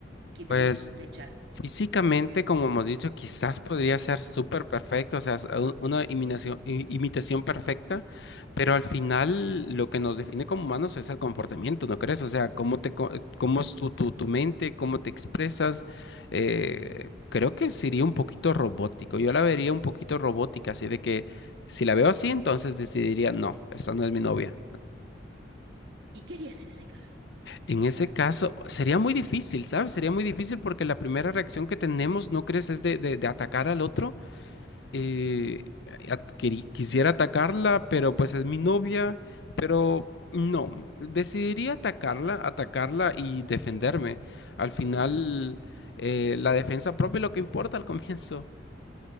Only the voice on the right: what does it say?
que te
haría sospechar?
¿Y qué harías en ese caso?
O
sea,
ok.